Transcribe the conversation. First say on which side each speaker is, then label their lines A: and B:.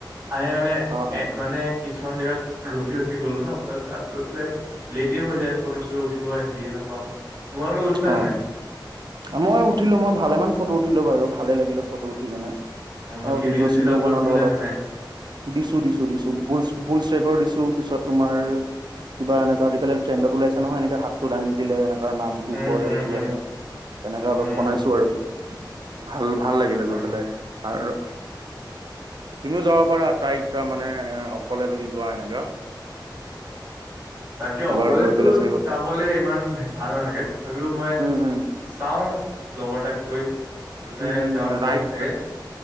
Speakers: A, on the right; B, on the right.
A: আহি মানে
B: অ
A: এ মানে কিছুমান জেগাত ৰখি-ৰখি গলো ন'? তাত গৈ পেলাই লেটে হৈ যায় ফটো-চটো উঠিব হেৰিয়ে নাপাওঁ। তোমালোকে উঠিলা
B: অ',
A: নে নাই
B: মই উঠিলোঁ, মই ভালে মান ফটো উঠিলোঁ বাৰু ভালে লাগিলে ফটো উঠি কিনে।
A: বাকী
B: অ', ভিডিঅ-চিডিঅ
A: ৰিল চিল আপলোড
B: বনালো
A: দিলা
B: অলপ।
A: নে নাই
B: দিছোঁ দিছোঁ দিছোঁ, বুলচ ট্ৰেকৰ দিছোঁ পিছত তোমাৰ কিবা এনেকা আজিকালি ট্ৰেণ্ডত ওলাইছে নহয়, এনেকে হাতটো দাঙি দিলে এনেকে নাম
A: উম
B: ওপৰলৈ
A: উম
B: উঠি
A: উম
B: আহে তেনেকে অলপ
A: উম
B: বনাইছোঁ আৰু। ভাল ভাল লাগিলে
A: অ
B: গৈ পেলাই আৰু তুমিও যাব পাৰা ট্ৰাই মানে অকলে যদি যোৱা এনেকা।
A: তাকে
B: এবাৰ
A: অকলেতো
B: গৈ পেলাই চাই
A: যাবলে ইমান ভাল নালাগে তথাপিও মই
B: উম উম উম
A: চাওঁ লগৰ তাক কৈ দুটাই
B: হম
A: যাব
B: হম
A: পাৰো
B: ৰাইট
A: চাগে।